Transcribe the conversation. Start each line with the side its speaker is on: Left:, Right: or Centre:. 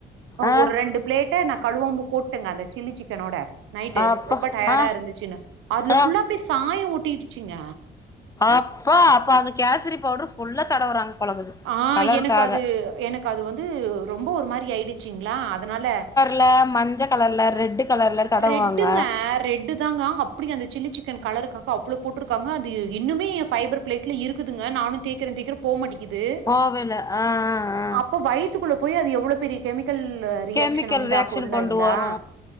Left: ஆ
Right: ஒரு ரெண்டு பிளேட்ட நா கழுவாம போட்டேங்க அந்த சில்லி சிக்கனோட நைட்டு
Left: அப்பா
Right: ரொம்ப டயர்டா
Left: ஆ
Right: இருந்துச்சுன்னு அதுல
Left: ஆ
Right: ஃபுல்லா அப்டியே சாய ஓட்டிடுச்சுங்க
Left: அப்போ அப்ப அந்த கேசரி பவுடர் ஃபுல்லா தடவுறாங்க போலக்குது
Right: ஆ
Left: கலருக்காக
Right: எனக்கு அது எனக்கு அது வந்து ரொம்ப ஒரு மாரி ஆயிடுச்சிங்களா அதனால
Left: ல மஞ்ச கலர்ல ரெட்டு கலர்ல தடவுவாங்க
Right: ரெட்டுங்க ரெட்டு தாங்க அப்டி அந்த சில்லி சிக்கன் கலருக்காக அவ்ளோ போட்டிருக்காங்க அது இன்னுமே ஃபைபர் பிளேட்ல இருக்குதுங்க நானு தேக்றே தேக்றே போ மாட்டிக்குது
Left: போவேல ஆ ஆ ஆ
Right: அப்ப வயித் த்துக்குள்ள போய் அது எவ்ளோ பெரிய கெமிக்கல் ரியாக்க்ஷன
Left: கெமிக்கல்
Right: உண்டாக்கு
Left: ரியாக்ஷன்
Right: இல்லங்ளா
Left: கொண்டு வரு